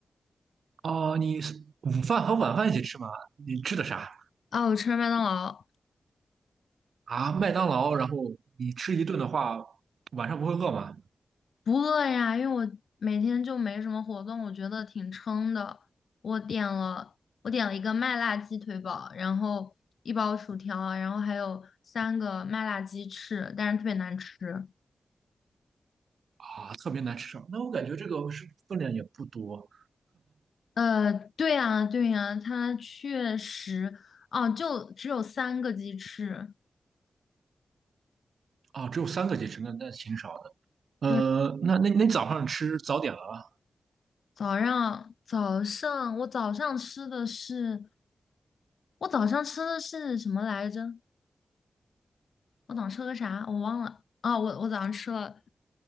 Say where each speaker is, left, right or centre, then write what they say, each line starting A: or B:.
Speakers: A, on the right; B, on the left.
A: 哦，你是午饭和晚饭一起吃吗？你吃的啥
B: 啊，我吃了麦当劳，
A: 啊？麦当劳，然后你吃一顿的话，晚上不会饿吗？
B: 不饿呀，因为我每天就没什么活动，我觉得挺撑的。我点了我点了一个麦辣鸡腿堡，然后一包薯条啊，然后还有三个麦辣鸡翅，但是特别难吃。
A: 啊，特别难吃上那我感觉这个是分量也不多
B: 呃，对呀，对呀，它确实，哦，就只有三个鸡翅。
A: 啊，只有三个鸡翅，那那挺少的。呃，
B: 对，
A: 那那那早上吃早点了吗？
B: 早上早上我早上吃的是我早上吃的是什么来着？我早上吃了个啥？我忘了。啊！我我早上吃了